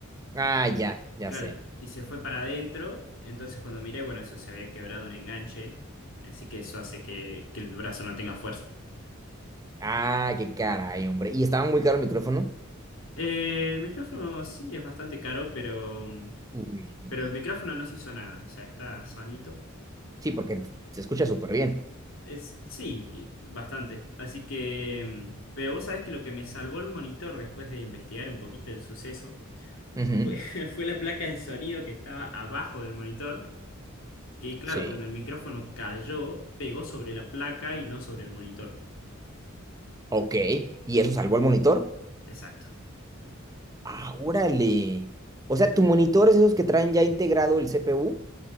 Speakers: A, on the right; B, on the left.
A: Ah, ya, ya
B: Claro,
A: sé.
B: y se fue para adentro. Entonces cuando miré, bueno, eso se había quebrado un enganche. Así que eso hace que, que el brazo no tenga fuerza.
A: Ah, qué caray, hombre. ¿Y estaba muy caro el micrófono?
B: Eh, el micrófono sí es bastante caro, pero,
A: Uy.
B: pero el micrófono no se hizo nada. O sea, está sanito.
A: Sí, porque se escucha súper bien.
B: Es, sí, y bastante. Así que, mm, pero vos sabés que lo que me salvó el monitor después de investigar un poquito el suceso
A: Ujú.
B: fue, <laughs> fue la placa de sonido que estaba abajo del monitor, que claro,
A: Sí.
B: cuando el micrófono cayó, pegó sobre la placa y no sobre el monitor.
A: Ok. ¿Y eso salvó el monitor?
B: Exacto.
A: Ah, órale. O sea, tu monitor es esos que traen ya integrado el CPU.